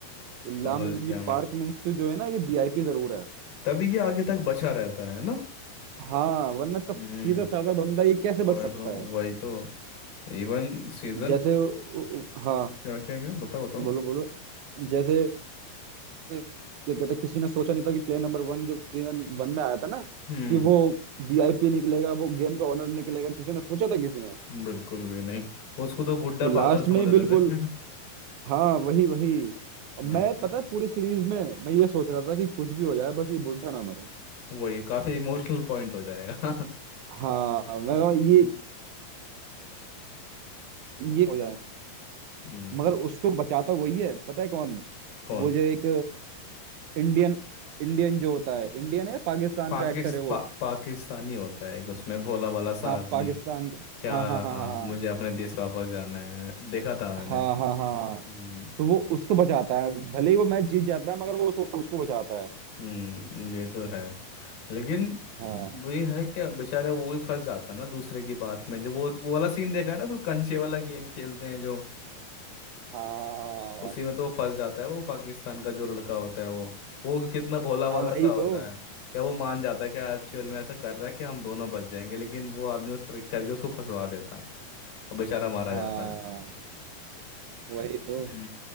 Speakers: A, on the right; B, on the left.
A: इल्लाम
B: समझ गया
A: ये
B: मैं
A: पार्क मेंसू जो है ना ये वीआईपी जरूर है
B: तभी ये आगे तक बचा रहता है ना
A: हाँ वरना तो
B: हम्म
A: सीधा साधा बंदा ये कैसे
B: वही
A: बच सकता
B: तो
A: है
B: वही तो Even season
A: जैसे उ- उ- हाँ
B: क्या क्या क्या बताओ बताओ
A: बोलो बोलो जैसे ये कहते किसी ने सोचा नहीं था कि प्लेयर नंबर वन जो सीजन वन में आया था ना
B: हम्म
A: कि वो वीआईपी निकलेगा वो गेम का ओनर निकलेगा किसी ने सोचा था किसी ने
B: बिल्कुल भी नहीं उसको तो बुड्ढा
A: लास्ट
B: पागल समझ
A: में ही
B: रहे
A: बिल्कुल
B: थे <laughs>
A: हाँ वही वही और
B: नहीं
A: मैं
B: तो
A: पता है पूरी सीरीज में मैं ये सोच रहा था कि कुछ भी हो जाए बस ये बुढ़ा ना मरे
B: वही काफी इमोशनल पॉइंट हो जाएगा
A: हाँ मैं कहा, ये ये हो जाए
B: <laughs> हम्म
A: मगर उसको बचाता वही है पता है कौन
B: कौन
A: वो जो एक इंडियन इंडियन जो होता है इंडियन है पाकिस्तान
B: पाकिस,
A: का एक्टर है
B: पा,
A: वो
B: पाकिस्तानी होता है एक उसमें भोला भाला सा
A: हाँ
B: आदमी
A: पाकिस्तान
B: क्या
A: हाँ हाँ हाँ
B: हाँ
A: हाँ
B: मुझे अपने देश वापस जाना है देखा था मैंने
A: हाँ हाँ हाँ हाँ
B: हम्म
A: तो वो उसको बचाता है भले ही वो मैच जीत जाता है मगर वो उसको, उसको बचाता है
B: हम्म ये तो है लेकिन
A: हाँ
B: वही है क्या बेचारे वो भी फंस जाता ना दूसरे की बात में जब वो वो वाला सीन देखा है ना उसमें कंचे वाला गेम खेलते हैं जो
A: हाँ
B: उसी में तो वो फंस जाता है वो पाकिस्तान का जो लड़का होता है वो वो कितना भोला भाला
A: हाँ वही
B: सा होता
A: तो
B: है क्या वो मान जाता है कि एक्चुअल में ऐसा कर रहा है कि हम दोनों बच जाएंगे लेकिन वो आदमी ट्रिक करके उसको फंसवा देता है और बेचारा मारा
A: हाँ
B: जाता
A: वही तो
B: हम्म